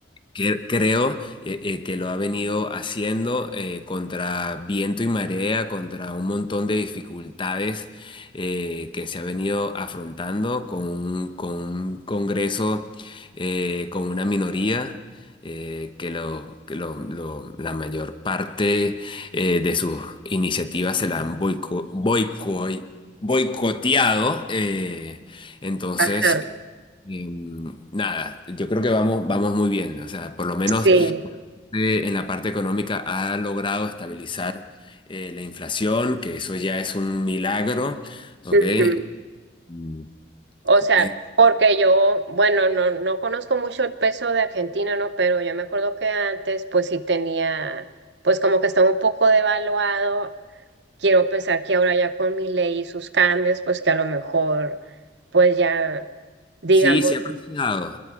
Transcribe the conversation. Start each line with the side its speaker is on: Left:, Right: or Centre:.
Left: que- creo eh, eh, que lo ha venido haciendo eh, contra viento y marea, contra un montón de dificultades eh, que se ha venido afrontando con un, con un Congreso, eh, con una minoría. eh, que lo, que lo- lo- la mayor parte eh, de sus iniciativas se la han boico- boico- boicoteado. eh, entonces,
Right: Ajá.
Left: eh, nada, yo creo que vamos, vamos muy bien. O sea, por lo menos
Right: Sí.
Left: eh, en la parte económica ha logrado estabilizar eh, la inflación, que eso ya es un milagro, ¿ok?
Right: Ujú.
Left: Mm,
Right: O sea,
Left: eh,
Right: porque yo, bueno, no, no conozco mucho el peso de Argentina, ¿no? Pero yo me acuerdo que antes, pues sí tenía, pues como que estaba un poco devaluado. Quiero pensar que ahora ya con mi ley y sus cambios, pues que a lo mejor, pues ya, digamos,
Left: sí, se ha apreciado.